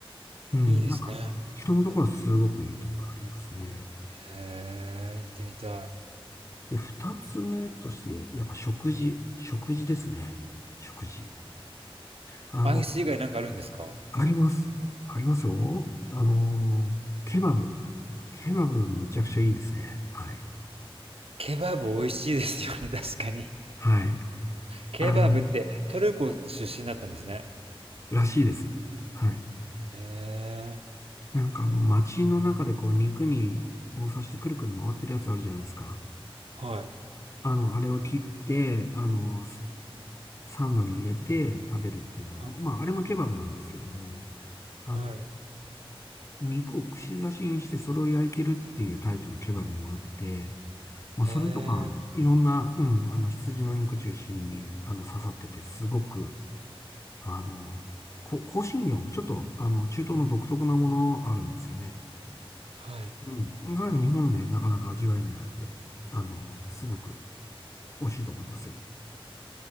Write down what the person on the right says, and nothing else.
いいですね。
へえ、行ってみたい。
アイス以外なんかあるんですか
ケバブ美味しいですよね、<laughs> 確かに。
ケバブってトルコ出身だったんですね。
へえ、
はい。
はい。
はい。
へえ、
はい。